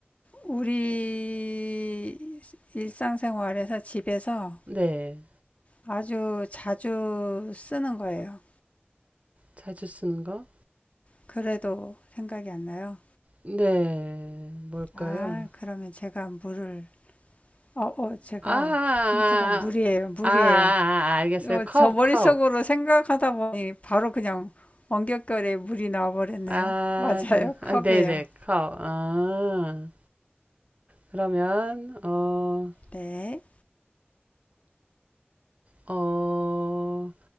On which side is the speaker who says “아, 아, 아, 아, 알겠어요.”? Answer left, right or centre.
Right